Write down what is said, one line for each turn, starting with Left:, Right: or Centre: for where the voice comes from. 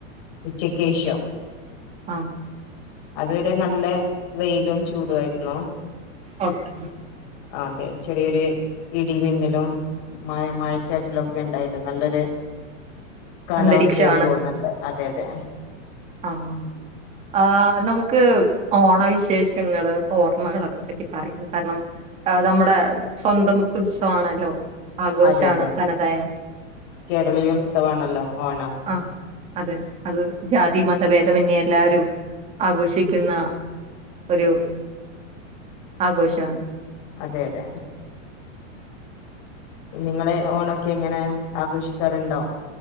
Left: ഉച്ചക്കേഷം
Right: ആഹ്
Left: അതുവരെ നല്ല വെയിലും ചൂടുവായിരുന്നു
Right: ഓക്കെ
Left: ആഹ് അതെ ചെറിയൊരു ഇടി, മിന്നലും മഴ മഴച്ചാറ്റലൊക്കെ ഇണ്ടായിട്ട് നല്ലൊര് കാലാവസ്ഥയിയില്
Right: അന്തരീക്ഷാണ്
Left: പോകുന്നുണ്ട് അതെ അതെ
Right: ആഹ് ആഹ് നമുക്ക് ഓണ വിശേഷങ്ങള് ഓർമ്മകളൊക്കെ പറ്റി പറയാം കാരണം നമ്മുടെ സ്വന്തം ഉത്സവാണല്ലോ ആഘോഷാണ്
Left: അതെ അതെ
Right: തനതായ
Left: കേരളീയോത്സവാണല്ലോ ഓണം
Right: ആഹ അതെ അത് ജാതി മതഭേദമന്യേ എല്ലാരും ആഘോഷിക്കുന്ന ഒരു ആഘോഷാണ്
Left: അതെ അതെ നിങ്ങള് ഓണൊക്കെ എങ്ങനെ ആഘോഷിക്കാറുണ്ടോ